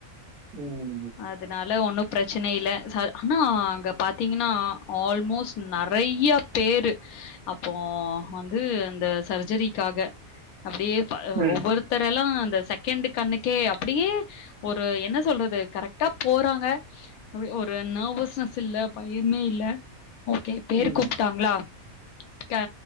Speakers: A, on the right; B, on the left.
A: உம்
B: அதனால ஒன்னு பிரச்சன இல்ல ஆனா அங்க பாத்தீங்கன்னா ஆல்மோஸ்ட் நெறையா பேரு அப்போ வந்து அந்த சர்ஜரிக்காக அப்டியே
A: ம்.
B: ஒவ்வொருத்தரெல்லா அந்த செகெண்டு் கண்ணுக்கே அப்டியே ஒரு என்ன சொல்றது கரெக்டா போறாங்க ஒரு நர்வஸ்னஸ் இல்ல பயமே இல்ல ஓகே பேர்
A: ம்.
B: கூப்ட்டாங்களா ஆ